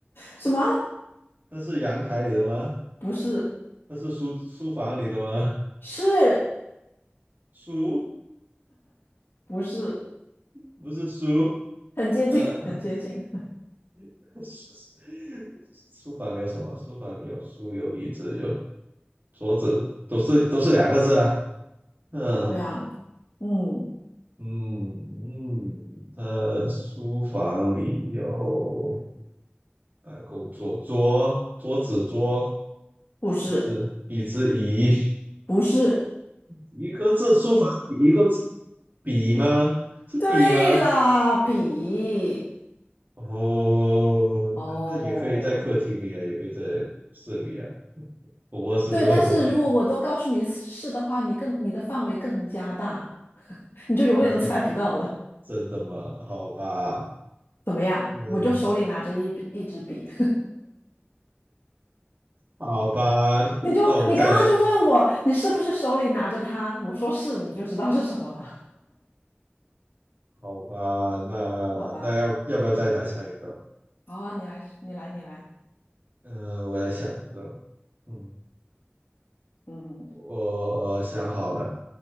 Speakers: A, on the left; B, on the right.
A: 什么？
B: 它是阳台里的吗？
A: 不是，
B: 它是书书房里的吗？
A: 是
B: 书
A: 不是？
B: 不是书，
A: 很接近，
B: 呃，
A: 很接近。
B: <laughs> 书书房里有什么？书房里有书，有椅子，有桌子都是都是两个字啊。嗯
A: 对呀，啊嗯，
B: 嗯嗯，呃，书房里有办公桌、桌、桌子、桌
A: 不是，
B: 椅子、椅子、椅，
A: 不是。
B: 一个字，书房一个字，笔吗？是笔吗？
A: 对啦，比。
B: 哦，
A: 哦，
B: 那那也可以在客厅里啊，也可以在室里啊。我卧室有很多笔，
A: 对，但是如果我都告诉你是的话，你更你的范围更加大，你就永远都猜不到了。
B: 真的吗？真的吗？好吧，
A: 怎么样？
B: 嗯，
A: 我就手里拿着一笔一支笔，
B: 好吧，
A: <laughs> 你就你刚刚就问我你是不是手里拿着它，
B: 那我们再来。
A: 我说是，你就知道是什么了，
B: 好吧，那那要要不要再来猜一个？
A: 好吧？好，你来，你来，你来。
B: 嗯、我来想一个。嗯，
A: 嗯，
B: 我想好了，